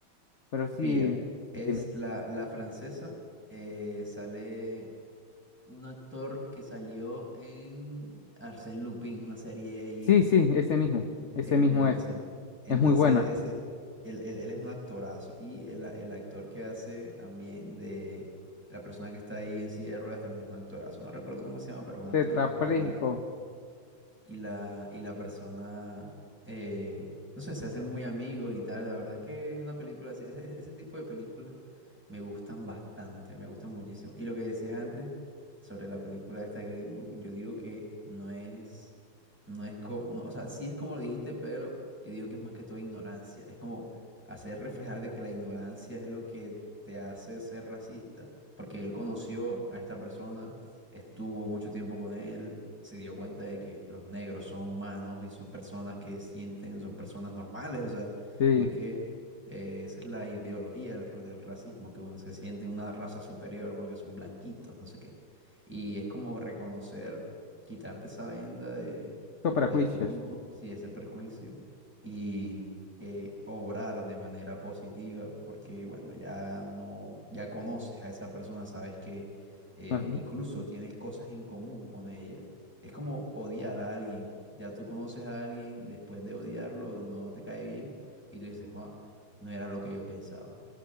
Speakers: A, on the left; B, in the centre.
A: Pero sí,
B: Pilla, es
A: dime.
B: la, la francesa, eh, sale un actor que salió en Arsène Lupin, una serie ahí,
A: Sí, sí, ese mismo. Ese
B: es
A: mismo
B: el mismo,
A: es.
B: sí. Mm. Entonces,
A: Es muy buena.
B: ese, él, él- él es un actorazo y el, el actor que hace también de la persona que está ahí en silla de ruedas también es un actorazo. No recuerdo cómo se llama, pero es un
A: Tetrapléjico.
B: actorazo y la, y la, y la persona, eh, no sé, se hacen muy amigos y tal. La verdad es que es una película así, ese, ese- ese tipo de películas me gustan bastante, me gustan muchísimo. Y lo que decías antes sobre la película esta de Green Book, yo digo que no es, no es como, o sea, sí es como lo dijiste, pero yo digo que es más que todo ignorancia. Es como hacer reflejar de que la ignorancia es lo que te hace ser racista, porque él conoció a esta persona, estuvo mucho tiempo con él se dio cuenta de que los negros son humanos y son personas que sienten, son personas normales, o sea,
A: Sí,
B: porque es que eh, esa es la ideología del, r- del racismo, que bueno, se sienten una raza superior porque son blanquitos, no sé qué. Y es como reconocer, quitarte esa venda de,
A: son prejuicios.
B: de tonto, sí, ese prejuicio, y eh, obrar de manera positiva, porque bueno, ya no, ya conoces a esa persona, sabes que eh,
A: Ujú.
B: incluso tienes cosas en común con ella. Es como odiar a alguien. Ya tú conoces a alguien, después de odiarlo, no te cae bien. Y tú dices, wow, no era lo que yo pensaba.